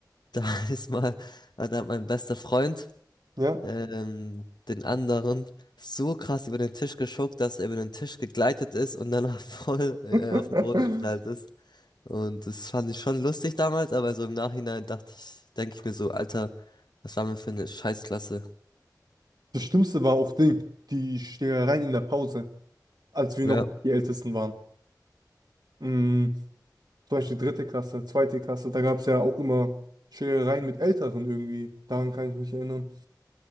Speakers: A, on the left; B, on the right.
A: Da <laughs> ist mal, also da hat mein bester Freund
B: ja.
A: ähm, den anderen so krass über den Tisch geschuckt, dass er über den Tisch gegleitet ist und danach <laughs> voll äh,
B: <laughs>
A: auf den Boden geknallt ist. Und das fand ich schon lustig damals, aber so im Nachhinein dachte ich, denke ich mir so, Alter, was waren wir für eine Scheißklasse?
B: Das Schlimmste war auch Ding, die Schlägereien in der Pause, als wir
A: Ja,
B: noch nicht die Ältesten waren. Mm, Zum Beispiel dritte Klasse, zweite Klasse, da gab es ja auch immer Schlägereien mit Älteren irgendwie. Daran kann ich mich erinnern.